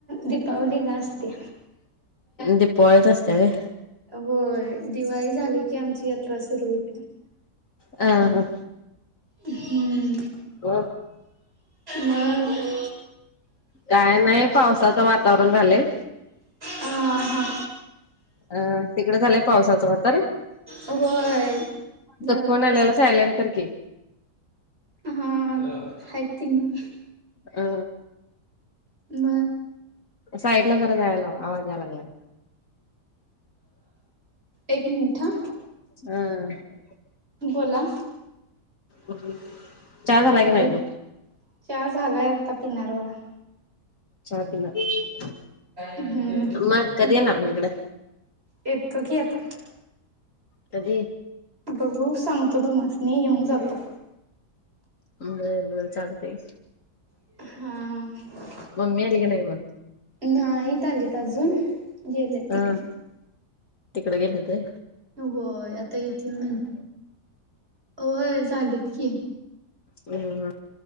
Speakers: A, on the right (about 35°); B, on the left (about 50°).
A: दीपावलीला असत्या.
B: दिपवाळीत अस त्या होय
A: होय दिवाळी झाली की आमची यात्रा सुरू होत्या.
B: अं हा
A: हम्म
B: ओ
A: मग <unintelligible>
B: काय नाही पावसाचं वातावरण झालंय.
A: आं हां
B: अ तिकडं झालंय पावसाचं वातावरण?
A: होय जरा
B: तो फोन आलेला सायलेंट कर की
A: हा हा हाईत तेंनं
B: अ
A: म
B: साईडला जरा जायला लाव आवाज यायला लागलाय.
A: एक मिनट हा
B: हा
A: बोला
B: चहा झाला की
A: हॅलो
B: नाही मग?
A: चहा झालाय आता पिणार बघा.
B: चहा पिणार.
A: हम्म
B: मं कधी येणार मं इकडं?
A: येतो की आता.
B: कधी?
A: बघू सांगतो तुमास्नी, येऊन जातो.
B: बरं बरं चालतंय
A: हा
B: मम्मी आली का नाय म
A: नाहीत आलीत अजून गेलेत
B: हा
A: तिकडे
B: तिकड गेले होते.
A: होय. आता येतील नंतर, होय. झालेत की
B: हम्म